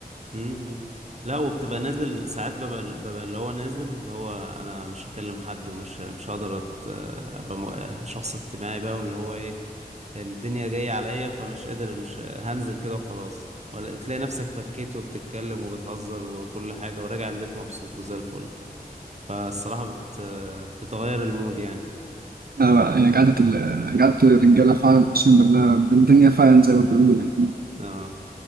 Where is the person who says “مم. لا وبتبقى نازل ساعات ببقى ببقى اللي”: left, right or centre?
Right